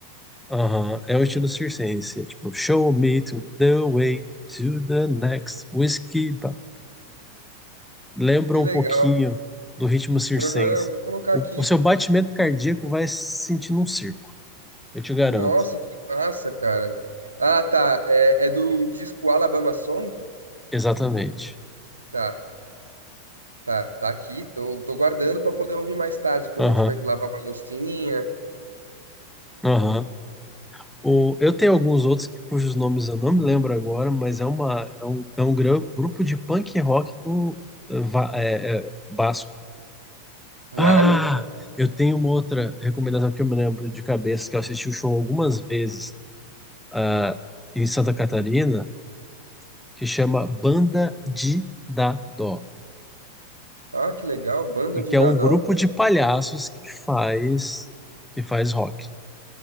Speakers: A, in the centre; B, on the right.
A: Aham, é o estilo circense, é tipo Show me to the way to the next whiskey bar. lembra
B: Que
A: um
B: legal.
A: pouquinho do ritmo circense.
B: Aham, eu vou colocar
A: O,
B: aqui.
A: o seu batimento cardíaco vai se sentir num circo, eu te garanto.
B: Nossa, que massa, cara. Ah, tá. É, é do disco Alabama Song?
A: Exatamente.
B: Tá. Tá, tá aqui. Tô, tô guardando pra poder ouvir mais tarde, quando
A: Aham,
B: eu tiver que lavar uma loucinha.
A: aham. O, eu tenho alguns outros cujos nomes eu não me lembro agora, mas é, uma, é um, é um gran- grupo de punk rock do eh, va- é, é, Basco. Ah,
B: Uau!
A: eu tenho uma outra recomendação que eu me lembro de cabeça, que eu assisti o show algumas vezes ah, em Santa Catarina, que chama Banda de Dadó.
B: Ah, que legal, Banda
A: e
B: de
A: que
B: Dadó.
A: é um grupo de palhaços que faz que faz rock.